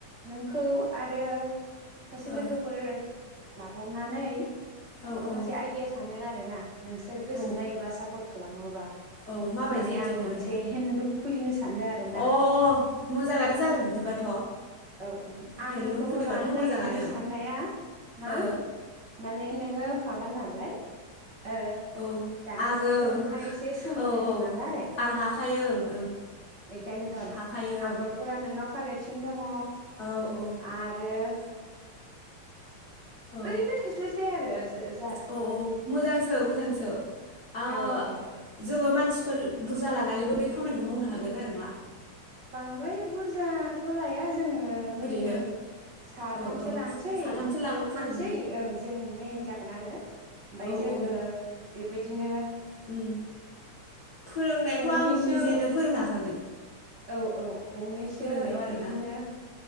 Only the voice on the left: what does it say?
ओ
औ
औ
औ
औ माबायदि
आइदिया
बेलाय
अ अ मोजाङानो जागोन बिदिबाथ'
हेन्दलुम
खुलिबाथ'
मोजाङानो
ओ
ओ औ
आङो
औ
औ
आं हाखायो ओं ओं
हाखायो
ओं औ
औ
औ औ मोजांसो मोजांसो आ
जोङो मानसिफोर बुरजा लानानैबो बे खामानिखौ मावनो हागोन आरो ना।
ओरैनो
ओ ओ
साथामसो लाबाबो जागोन
ओं उम औ
औ
उम फोरोंनायाथ'
आं निजेनो फोरोंनो हाखागोन
फोरोंनायाव आरोना